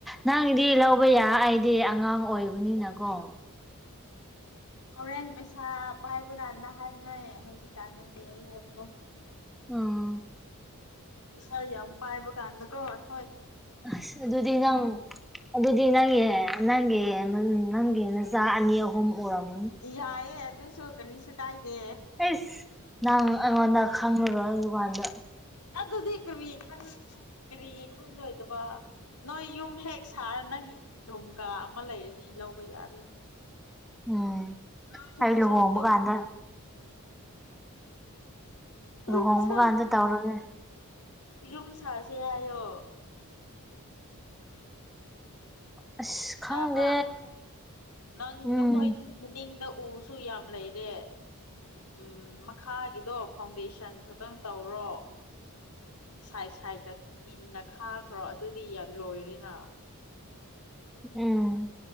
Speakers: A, in the centre; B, on the left (about 85°).
A: ꯅꯪꯗꯤ ꯂꯧꯕ ꯌꯥ ꯑꯩꯗꯤ ꯑꯉꯥꯡ ꯑꯣꯏꯕꯅꯤꯅꯀꯣ
B: ꯍꯣꯔꯦꯟ ꯄꯩꯁꯥ ꯄꯥꯏꯕ ꯀꯥꯟꯗ ꯍꯥꯏꯕꯅ ꯍꯧꯖꯤꯛꯀꯥꯟꯗꯗꯤꯦ ꯑꯩ ꯍꯥꯏꯕꯗꯣ
A: ꯑꯣ
B: ꯄꯩꯁꯥ ꯌꯥꯝ ꯄꯥꯏꯕ ꯀꯥꯟꯗꯀꯣ ꯍꯈꯣꯏ
A: ꯑ ꯑꯗꯨꯗꯤ ꯅ ꯑꯗꯨ ꯑꯗꯨꯗꯤ ꯅꯒꯤꯦ ꯅꯪꯒꯤ ꯅꯪꯒꯤ ꯃꯆꯥ ꯑꯅꯤ ꯑꯍꯨꯝ ꯎꯔꯝꯃꯅꯤ
B: ꯌꯥꯏꯑꯦ ꯑꯗꯨꯁꯨ ꯀꯔꯤꯁꯨ ꯀꯥꯏꯗꯦ
A: ꯏꯁꯁ ꯅꯪ ꯑꯩꯉꯣꯟꯗ ꯈꯪꯂꯨꯔꯣꯏ ꯗꯨꯀꯥꯟꯗ
B: ꯑꯗꯨꯗꯤ ꯀꯔꯤ ꯀꯨꯔꯤ ꯈꯜꯂꯣꯏꯗꯕ ꯅꯣꯏ ꯌꯨꯝ ꯍꯦꯛ ꯁꯥꯔ ꯅꯪꯒꯤ ꯙ꯭ꯔꯨꯝ ꯀꯥ ꯑꯃ ꯂꯩꯔꯗꯤ ꯂꯧꯕ ꯌꯥꯔꯦ
A: ꯎꯝ
B: ꯅꯣꯏꯁꯨ
A: ꯑꯩ
B: ꯄꯩꯁꯥ
A: ꯂꯨꯍꯣꯡꯕ
B: ꯇꯨꯡ
A: ꯀꯥꯟꯗ
B: ꯌꯨꯝ
A: ꯂꯨꯍꯣꯡꯕ
B: ꯁꯥ
A: ꯀꯥꯟꯗ ꯇꯧꯔꯒꯦ
B: ꯌꯨꯝ ꯁꯥꯁꯤꯦ ꯍꯥꯏꯌꯣ
A: ꯑꯁ ꯈꯪꯗꯦ
B: ꯇꯥꯕ꯭ꯔꯥ ꯅꯪ
A: ꯎꯝ
B: ꯅꯈꯣꯏꯒꯤ ꯃꯅꯤꯡꯗ ꯎꯁꯨ ꯌꯥꯝ ꯂꯩꯔꯦ ꯎꯝ ꯃꯈꯥꯒꯤꯗꯣ ꯐꯥꯎꯟꯗꯦꯁꯟ ꯈꯛꯇꯪ ꯇꯧꯔꯣ ꯁꯥꯏꯠ ꯁꯥꯏꯗꯠꯇ ꯇꯤꯟꯅ ꯈꯥꯈ꯭ꯔꯣ ꯑꯗꯨꯗꯤ ꯂꯣꯏꯔꯅ
A: ꯎꯝ